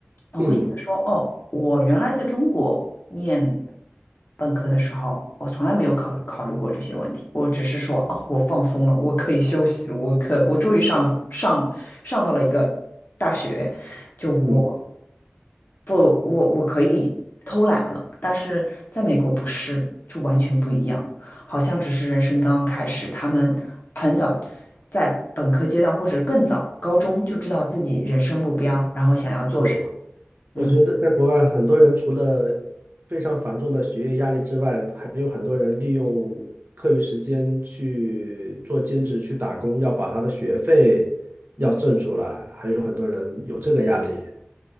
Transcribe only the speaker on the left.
我会觉得说，
哦，我原来在中国念本科的时候，我从来没有考虑考虑过这些问题，我只是说，哦，我放松了，我可以休息了我可我终于上上上到了一个大学，就我
不我我可以偷懒了，但是在美国不是，就完全不一样，好像只是人生刚刚开始，他们很早在本科阶段或者更早高中就知道自己人生目标，然后想要做什么，
嗯。